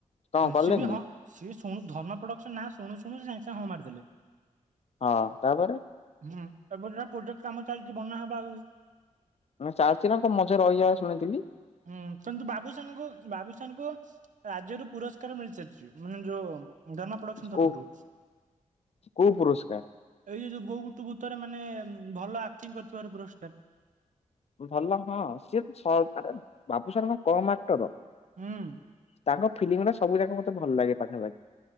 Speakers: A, on the left (about 50°); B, on the right (about 65°).
A: କଣ କଲେନି
B: ସିଏ ବି ହଁ ସିଏ ଧର୍ମା ପ୍ରଡକ୍ସନ ନାଁ ଶୁଣୁ ଶୁଣୁ ସିଏ ସାଙ୍ଗେ ସାଙ୍ଗେ ହଁ ମାରିଦେଲେ।
A: ହଁ ତାପରେ
B: ହୁଁ ଏବେ ଯଉ ପ୍ରୋଜେକ୍ଟ କାମ ଚାଲିଛି ବନା ହବ ଆଗକୁ।
A: ମାନେ ଚାଲଚି ନା ମଝିରେ ରହିଯାଏ ଶୁଣିଥିଲି।
B: ହୁଁ କିନ୍ତୁ ବାବୁସାନଙ୍କୁୁ ବାବୁସାନକୁ ରାଜ୍ୟରୁ ପୁରସ୍କାର ମିଳି ସାରିଛି ମାନେ ଯୋଉ ଧର୍ମା ପ୍ରଡକ୍ସନ ତରଫରୁ।
A: କୁ କୁ ପୁରସ୍କାର
B: ଏଇ ଯୋଉ ଯୋଉ ବୋଉ ବୁଟୁ ଭୂତରେ ମାନେ ଭଲ ଆକ୍ଟିଂ କରୁଥିବାର ପୁରସ୍କାର।
A: ଭଲ ହଁ ସିଏ ତ ବାବୁସାନଙ୍କ କମ୍ ଆକ୍ଟର।
B: ହୁଁ।
A: ତାଙ୍କ ଫିଲ୍ମ ଗୁରା ସବୁ ଯାକ ମତେ ଭଲ ଲାଗେ ପାଖାପାଖି।